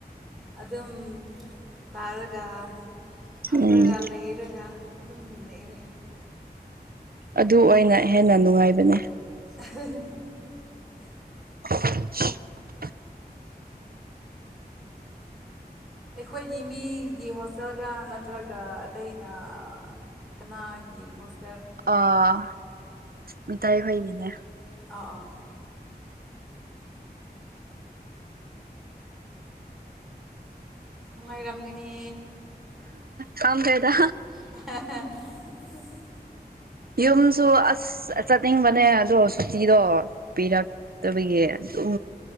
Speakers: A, in the centre; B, on the right.
A: ꯑꯗꯨꯝ ꯇꯥꯔꯒ ꯐꯝꯔꯒ
B: ꯎꯝ
A: ꯂꯩꯔꯒ ꯑꯗꯨꯝ ꯂꯩꯔꯦ
B: ꯑꯗꯨ ꯑꯣꯏꯅ ꯍꯦꯟꯅ ꯅꯨꯡꯉꯥꯏꯕꯅꯦ
A: <unintelligible> ꯃꯁ
B: <unintelligible> <unintelligible>
A: ꯑꯩꯈꯣꯏꯒꯤ ꯃꯤꯒꯤ ꯍꯣꯁꯇꯦꯜꯗ ꯅꯠꯇ꯭ꯔꯒ ꯑꯇꯩꯅ ꯀꯅꯥꯒꯤ ꯍꯣꯁ
B: ꯑꯥ ꯃꯤꯇꯩꯈꯣꯏꯒꯤꯅꯦ
A: ꯑꯥ ꯑꯥ ꯅꯨꯡꯉꯥꯏꯔꯝꯒꯅꯤ
B: ꯇꯗꯦꯗ
A: <unintelligible>
B: ꯌꯨꯝꯁꯨ ꯑꯁ ꯆꯠꯅꯤꯡꯕꯅꯦ ꯑꯗꯣ ꯁꯨꯇꯤꯗꯣ ꯄꯤꯔꯛ ꯇꯕꯒꯤ ꯎ